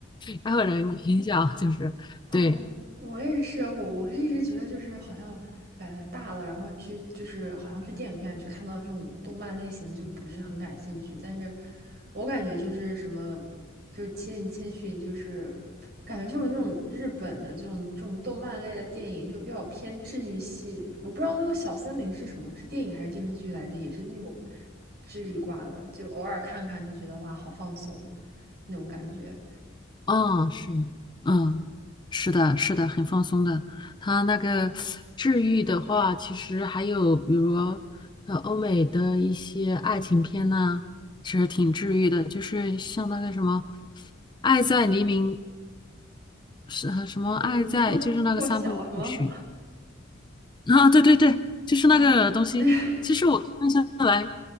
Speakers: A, on the left; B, on the right.
A: 然后还有人很小，就是对，
B: 哦，我也是，我我是一直觉得就是好像感觉大了，然后去就是好像去电影院去看到这种动漫类型的就不是很感兴趣，但是我感觉就是什么就是《千与千寻》，就是感觉就是那种日本的这种这种动漫类的电影就比较偏治愈系，我不知道那个小森林是什么，是电影还是电视剧来着，也是那种治愈挂的，就偶尔看看就觉得哇好放松那种感觉，
A: 哦，是，嗯，是的，是的，很放松的。它那个治愈的话，其实还有比如呃欧美的一些爱情片呐、其实挺治愈的，就是像那个什么。《爱在黎明》，是呃什么爱在，
B: 什么胖破晓什么。
A: 就是那个三部曲啊，对对对，就是那个东西。
B: 哦，我对，
A: 其实我看下来，